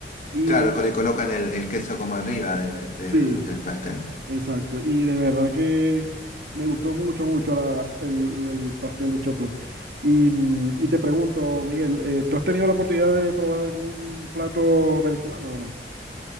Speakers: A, on the right; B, on the left.
A: Y
B: Claro, que le colocan el, el queso como arriba de- del,
A: sí,
B: del pastel.
A: Exacto, y de verdad que me gustó mucho, mucho la- el, el pastel de choclo. Y, mm, y te pregunto, Miguel, eh, ¿tú has tenido la oportunidad de probar algún plato venezolano o no?